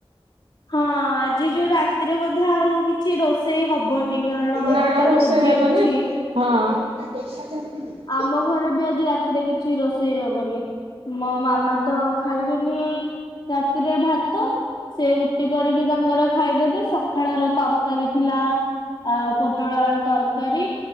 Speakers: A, on the left; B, on the right.
A: ହଁ ଆଜି ଯୋଉ ରାତିରେ ବୋଧେ ଆଉ କିଛି ରୋଷେଇ ହବନି କାରଣ ଏବେ
B: ନା
A: ତ
B: ରୋଷେଇ
A: ଭୋଜି
B: ହେବନି।
A: ଅଛି।
B: ହଁ।
A: ଆମ ଘରେ ବି ଆଜି ରାତିରେ କିଛି ରୋଷେଇ ହବନି ମୋ ମାମା ତ ଖାଇବେନି ରାତିରେ ଭାତ। ସେ ରୁଟି କରିକି ତାଙ୍କର ଖାଇଦେବେ ସକାଳର ତରକାରୀ ଥିଲା ଆ ପୋଟଳ ଆଳୁ ତରକାରୀ